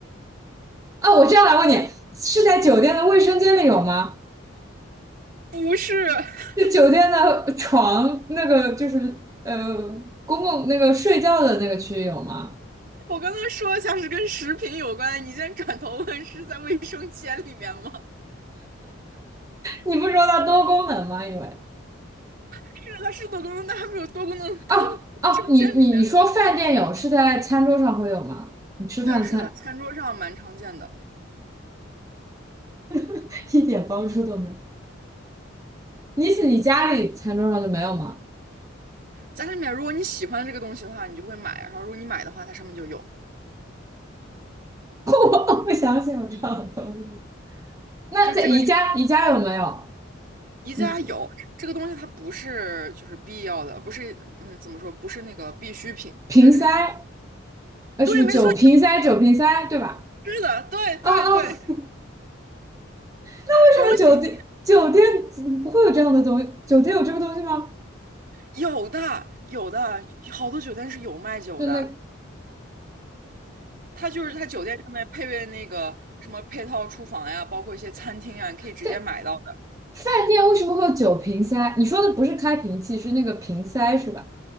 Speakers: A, on the right (about 15°); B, on the right (about 45°).
A: 啊，我这样来问你，是在酒店的卫生间里有吗？
B: 不是，
A: 是酒店的床那个就是呃
B: 不，
A: 公共那个睡觉的那个区域有吗？
B: 我刚刚说一下是跟食品有关，你现在转头问是在卫生间里面吗？
A: 你不说它多功能吗？因为
B: 是，它是多功能，但它没有多功能到卫生间里面。
A: 啊啊，你你说饭店有是在餐桌上会有吗？你吃饭的餐
B: 对，是的，餐桌上蛮常见的。
A: <laughs> 一点帮助都没有，你你家里餐桌上就没有吗？
B: 家里面，如果你喜欢这个东西的话，你就会买，然后如果你买的话，它上面就有，
A: <laughs> 我不相信有这样的东西。那在宜家，
B: 就这个
A: 宜家有没有？
B: 宜家有这个东西，
A: 宜家
B: 它不是就是必要的，不是嗯怎么说，不是那个必需品，
A: 瓶塞，
B: 但是你
A: 呃，
B: 对，
A: 什么酒瓶塞、
B: 没错，
A: 酒瓶塞，对吧？
B: 是的，对对对，
A: 啊啊，为什么酒店酒店
B: 恭喜。
A: 不会有这样的东西？酒店有这个东西吗？
B: 有的，有的，好多酒店是有卖酒的。
A: 就那
B: 它就是它酒店上面配备那个什么配套厨房呀，包括一些餐厅呀，你可以直接买到的。
A: 对饭店为什么会有酒瓶塞？你说的不是开瓶器，是那个瓶塞是吧？